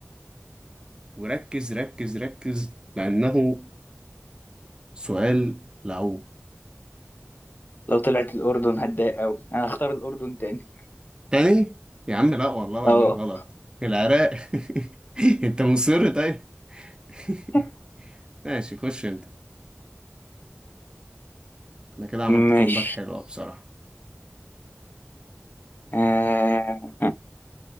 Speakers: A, on the right; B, on the left.
A: وركز ركز ركز لأنه سؤال لعوب
B: لو طلعت الأردن هتضايق أوي أنا هختار الأردن تاني
A: تاني يا عم لا والله العظيم
B: أه
A: غلط العراق <laughs> انت مصر طيب <laughs>
B: <laughs>
A: ماشي خش انت انا كده عملت
B: ماشي
A: كامباك حلوة بصراحة
B: آه.